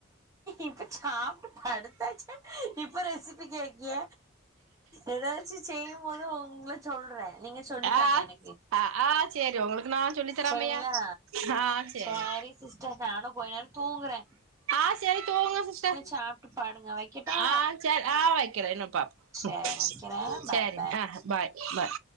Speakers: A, on the right; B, on the right.
A: இப்ப சாப்ட்டு படுத்தாச்சு இப்ப ரெசிபி கே்க்கிய எதாச்சு செய்ய போது உங்க சொல்ற நீங்க சொல்லி
B: ஆ
A: தாங்க எனக்கு
B: ஆ ஆ சேரி உங்களுக்கு நா சொல்லி தராமையா
A: சரிங்ளா
B: ஆ சேரி
A: சரி சிஸ் டர் நானு கொஞ்சோ நேர தூங்குற
B: ஆ செரி தூங்குங்க சிஸ்டர்
A: சாப்ட்டு படுங்க வைக்கட்டா
B: ஆ செரி ஆ வக்ற என்னப்பா
A: சேரி
B: ம்
A: வைக்கிறே
B: செரி
A: பாய்
B: ஆ பாய் பாய்